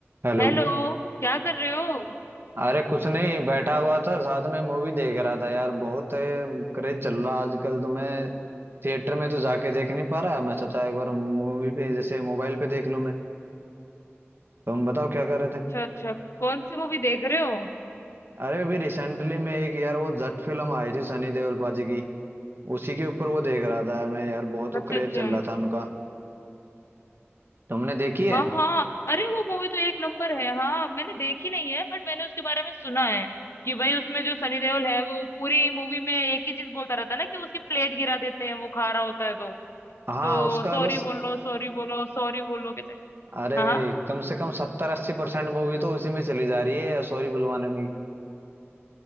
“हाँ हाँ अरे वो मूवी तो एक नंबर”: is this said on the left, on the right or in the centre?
Left